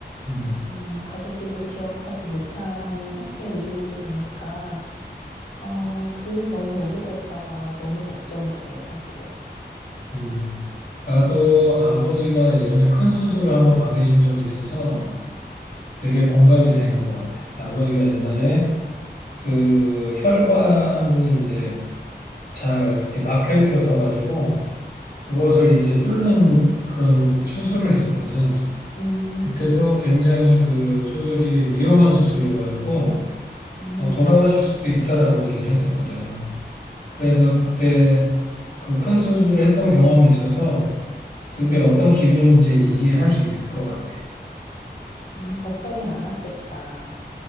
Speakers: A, on the left (about 60°); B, on the left (about 80°).
A: 음,
B: 음, 가족들도 기억하지 못하는 상태에 이르게 되니까, 아, 그 병이 오게 될까 봐 너무 걱정이 돼, 사실은.
A: 음. 나도 아버지가 예전에 큰 수술을 한번 받으신 적이 있어서 되게 공감이 되는 것 같아. 아버지가 옛날에 그 혈관이 이제 잘 이렇게 막혀 있었어 가지고 그것을 이제 뚫는 그런 수술을 했었거든.
B: 음,
A: 그때도 굉장히 그 수술이 위험한 수술이어 가지고
B: 음,
A: 돌아가실 수도 있다라고 얘기를 했었거든. 그래서 그때 그 큰 수술을 했던 경험이 있어서 그게 어떤 기분인지 이해할 수 있을 것 같아.
B: 음, 걱정이 많았겠다.